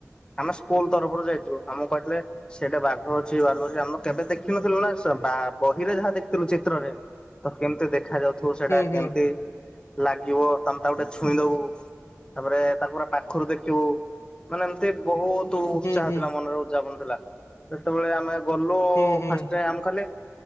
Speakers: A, on the left; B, on the left.
A: ଆମେ ସ୍କୁଲ୍ ତରଫରୁ ଯାଇଥିଲୁ ଆମକୁ କହିଥିଲେ ସେଠି ବାଘ ଅ ଛି ଭାଲୁ ଅଛି ଆମେ କେବେ ଦେଖିନଥିଲୁ ନା ସ ବା-ଆ-ଆ ବହିରେ ଯାହା ଦେଖି ଥିଲୁ ଚିତ୍ରରେ ତ କେମିତି ଦେଖା ଯାଉଥିବ ସେଟା
B: ହୁଁ ହୁଁ
A: କେମତି ଲାଗିବ ତମେ ତାକୁ ଟିକେ ଛୁଇଁ ଦବୁ, ତାପରେ ତାକୁ ପୁରା ପାଖରୁ ଦେଖିବୁ ମାନେ ଏମ୍ ତି ବହୁତ୍ ଉତ୍ସାହ
B: ହୁଁ ହୁଁ ହୁଁ
A: ଥିଲା ମନରେ ଉଯାବନ୍ ଥିଲା। ଯେତେବେଳେ ଆମେ ଗଲୁ-ଉ-ଉ
B: ହୁଁ ହୁଁ
A: ଫାଷ୍ଟ୍ ଆମ କୁ କହିଲେ